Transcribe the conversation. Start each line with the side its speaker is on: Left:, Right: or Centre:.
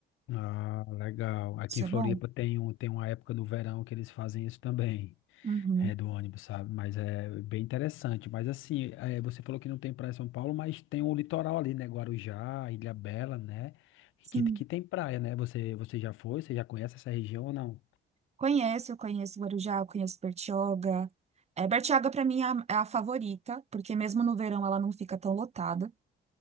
Left: Ah, legal. Aqui
Right: Isso
Left: em
Right: é
Left: Floripa
Right: bom.
Left: tem, um, tem uma época do verão que eles fazem isso também,
Right: Uhum.
Left: é do ônibus, sabe? Mas é bem interessante. Mas assim, é, você falou que não tem praia em São Paulo, mas tem o litoral ali, né? Guarujá, Ilha Bela, né? Que,
Right: Sim,
Left: que tem praia, né? Você, você já foi? Você já conhece essa região ou não?
Right: conheço, eu conheço Guarujá, eu conheço Bertioga. É, Bertioga para mim é a, é a favorita, porque mesmo no verão ela não fica tão lotada.